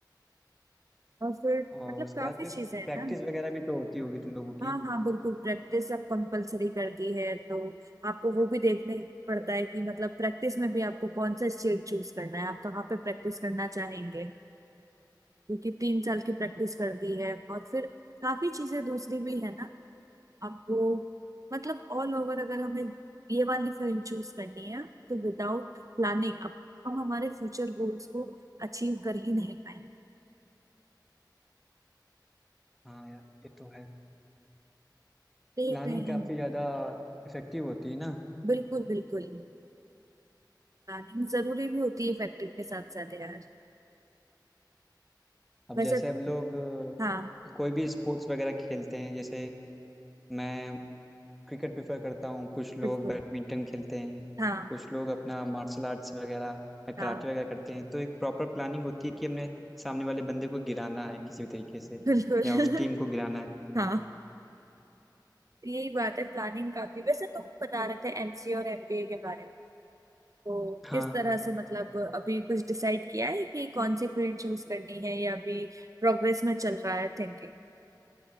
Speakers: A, on the right (about 45°); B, in the centre.
A: और फिर
B: और
A: मतलब
B: उसके
A: काफी
B: बाद फिर
A: चीजें हैं
B: प्रैक्टिस
A: ना
B: वगैरह भी तो होती होगी तुम लोगों
A: हाँ
B: की
A: हाँ बिल्कुल प्रैक्टिस अब कंपलसरी कर दी है तो आपको वो भी देखने पड़ता है कि मतलब प्रैक्टिस में भी आपको कौन सा स्टेट चूज करना है आप कहाँ पे प्रैक्टिस करना चाहेंगे क्योंकि तीन साल की प्रैक्टिस कर दी है और फिर काफी चीजें दूसरी भी है ना आपको मतलब ऑल ओवर अगर हमें ये वाली फील्ड चूज करनी है तो विदाउट प्लानिंग अब हम हमारे फ्यूचर गोल्स को अचीव कर ही नहीं पाएंगे
B: हाँ यार ये तो है
A: देख
B: प्लानिंग
A: रहे हैं
B: काफ़ी ज़्यादा इफेक्टिव होती है ना
A: बिल्कुल बिल्कुल प्लानिंग जरूरी भी होती है फैक्ट्री के साथ साथ यार
B: अब
A: वैसे
B: जैसे हम लोग अ,
A: हाँ
B: कोई भी स्पोर्ट्स वगैरह खेलते हैं जैसे मैं क्रिकेट प्रेफर करता हूँ कुछ लोग
A: बिल्कुल
B: बैडमिंटन खेलते हैं
A: हाँ
B: कुछ लोग अपना मार्शल आर्ट्स वगैरह या
A: हाँ
B: कराटे वगैरह करते हैं तो एक प्रॉपर प्लानिंग होती है कि हमने सामने वाले बंदे को गिराना है किसी भी तरीके से
A: बिल्कुल
B: या उस टीम को गिराना है
A: <laughs> हाँ यही बात है प्लानिंग काफी वैसे तुम बता रहे थे एमसीए और एमबीए के बारे में तो
B: हाँ
A: किस तरह से मतलब अभी कुछ डिसाइड किया है कि कौन सी फील्ड चूज करनी है या अभी प्रोग्रेस में चल रहा है थिंकिंग